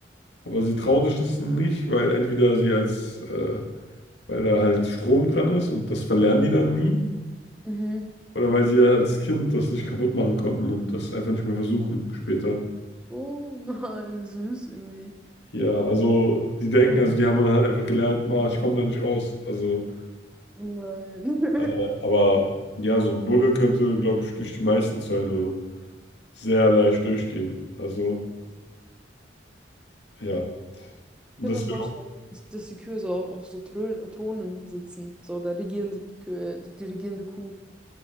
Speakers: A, on the left (about 75°); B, in the centre.
A: aber sie trauen sich das nicht, weil entweder sie als, äh, weil da halt Strom dran ist und das verlernen die dann nie,
B: Mhm.
A: oder weil sie ja als Kind das nicht kaputt machen konnten und das einfach nicht mehr versuchen später.
B: Oh nein, wie süß irgendwie.
A: Ja, also die denken, also die haben dann halt einfach gelernt, ma, ich komme da nicht raus. Also,
B: Oh nein.
A: äh,
B: <laughs>
A: aber ja, so ein Bulle könnte, glaube ich, durch die meisten Zäune sehr leicht durchgehen. Also, ja,
B: Ich
A: das
B: kann mir vorstellen,
A: wäre auch,
B: dass, dass die Kühe so auf so Thrön, Thronen sitzen. So der regierende Kühe, die regierende Kuh.